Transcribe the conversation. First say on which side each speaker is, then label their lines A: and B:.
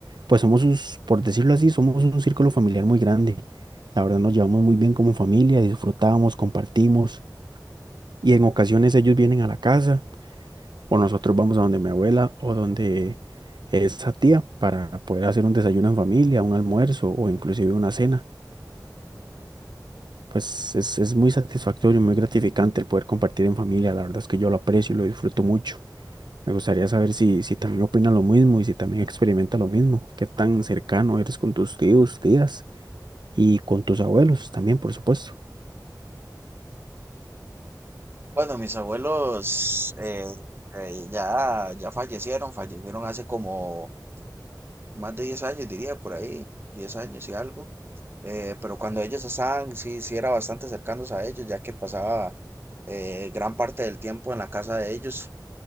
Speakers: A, on the right; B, on the right.
A: pues somos sus, por decirlo así, somos un círculo familiar muy grande. La verdad nos llevamos muy bien como familia, disfrutamos, compartimos y en ocasiones ellos vienen a la casa o nosotros vamos a donde mi abuela o donde esa tía para poder hacer un desayuno en familia, un almuerzo o inclusive una cena. Pues es, es muy satisfactorio y muy gratificante el poder compartir en familia. La verdad es que yo lo aprecio y lo disfruto mucho. Me gustaría saber si, si también opina lo mismo y si también experimenta lo mismo. Qué tan cercano eres con tus tíos, tías y con tus abuelos también, por supuesto.
B: Bueno, mis abuelos eh, eh, ya, ya fallecieron, fallecieron hace como más de 10 años, diría por ahí, 10 años y algo. Eh, pero cuando ellos estaban, sí, sí era bastante cercanos a ellos, ya que pasaba eh, gran parte del tiempo en la casa de ellos.